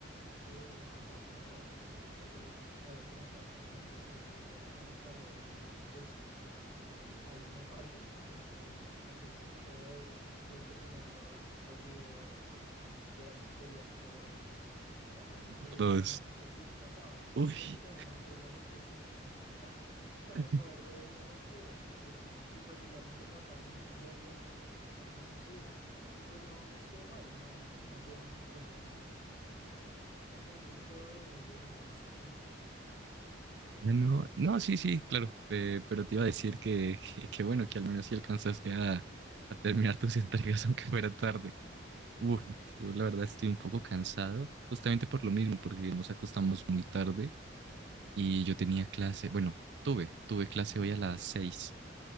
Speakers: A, on the left; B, on the right.
A: eh, atrapando, porque pues te había comentado que tenía que hacer unas tareas de un curso. Ahí sí me paré y me puse, me puse a hacer todo eso y tuve que poner los, los videos de las tutorías por ca- casi por
B: por
A: uno
B: Dos.
A: uno punto cinco, no,
B: Uy.
A: un poquito menos, por uno punto cinco <laughs> para
B: <laughs>
A: poder ver eso rápido y, y pues igualmente tratar de entenderlo lo mejor posible. Y pues no, no estuvo mal, no, no tuve mucho problema. Cuéntame un poquito de, de lo que hiciste tú.
B: No, no, sí, sí, claro, eh, pero te iba a decir que, <laughs> que, que bueno, que al menos sí alcanzaste a, a terminar tus <laughs> entregas aunque fuera tarde. Uf, yo la verdad estoy un poco cansado, justamente por lo mismo, porque nos acostamos muy tarde y yo tenía clase, bueno, tuve, tuve clase
A: <laughs>
B: hoy a las seis,